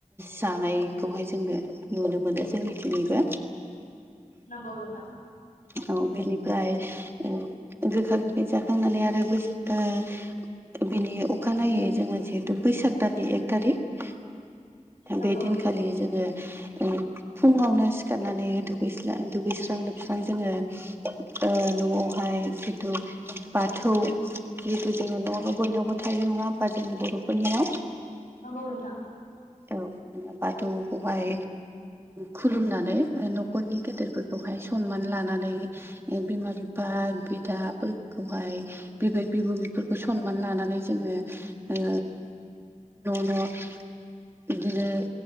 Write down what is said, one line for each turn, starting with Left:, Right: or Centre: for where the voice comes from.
Right: जानायखौहाय जोङो नुनो मोनो जोंनि दिनैबो
Left: नंगौ नोंथां
Right: औ बेनिफ्राय ओ गोखा गोखै जाखांनानै आरो बैस ओ बिनि अखानायै जोङो जिहेतु बैसाग दाननि एक थारिक
Left: नंगौ
Right: बे दिनखालि जोङो ओ फुङावनो सिखारनानै दुगैसां दुगैस्रां लोबस्रां जोङो ओ न'आवहाय जिथु बाथौ जिहुतु जोङो न' न' बयनावबो थायो नङा होमबा जोंनि बर'फोरनियाव
Left: नंगौ नोंथां
Right: औ बिदिनो बाथौखौहाय खुलुमनानै न'खरनि गेदेरफोरखौहाय सनमान लानानै बिमा बिफा बिदाफोरखौहाय बिबै बिब' बिफोरखौ सनमान लानानै जोङो ओ न' न' बिदिनो